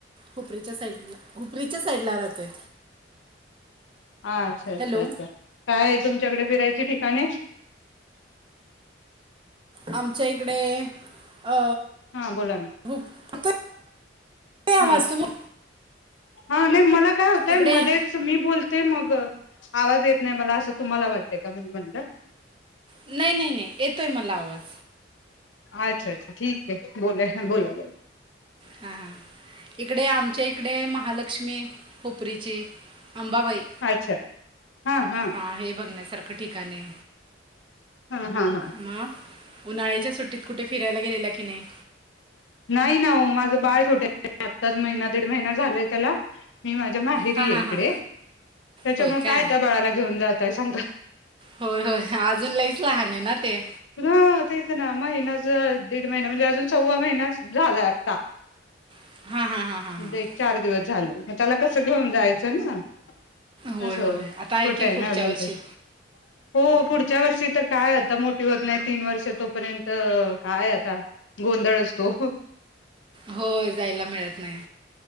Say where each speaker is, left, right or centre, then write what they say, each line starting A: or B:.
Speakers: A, on the right; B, on the left.
A: हुपरीच्या साईडला, हुपरीच्या साईडला राहतोय.
B: अच्छा, अच्छा,
A: हॅलो
B: अच्छा. काय आहे तुमच्याकडे फिरायची ठिकाणे?
A: आमच्या इकडे अ
B: हां बोला ना.
A: हुप येतोय आवाज
B: हंम,
A: तुम्ही
B: नाही मला काय होतंय
A: इकडे
B: मध्येच मी बोलते मग, आवाज येत नाही मला असं तुम्हाला वाटतय का म्हणून म्हणलं.
A: नाही, नाही, नाही येतोय मला आवाज.
B: अच्छा, अच्छा ठीक हेय बोला, बोला जा
A: हां, हां इकडे आमच्या इकडे महालक्ष्मी हुपरीची अंबाबाई.
B: अच्छा हा, हा.
A: हा हे बघण्यासारखं ठिकाण हेय.
B: ह, ह, ह.
A: मग, उन्हाळ्याच्या सुट्टीत कुठे फिरायला गेलेला की नाही?
B: नाही ना हो, माझं बाळ छोटे आहे, आत्ताच महिना, दीड महिना झालाय त्याला. मी माझ्या माहेरी
A: हां हां
B: आहे इकडे,
A: हां
B: त्याच्यामुळे
A: होय का
B: काय त्या बाळाला घेऊन जाताय सांगा?
A: होय, होय, अजून लईच लहान आहे ना ते.
B: हो, तेच ना महिनाच, दीड महिना म्हणजे अजून, सव्वा महिन्या झाला आता.
A: हां हां हां हां हां
B: एक चार दिवस झाले, मग त्याला कसं घेऊन जायचं ना? <unintelligible>
A: होय
B: अस छोटं
A: होय आता की
B: आहे
A: पुढच्या
B: ना अजून
A: वर्षी
B: ते, हो पुढच्या वर्षी तर काय- आता मोठी होत नाहीत तीन वर्ष तोपर्यंत काय आता गोंधळच तो.
A: होय, जायला मिळत नाही.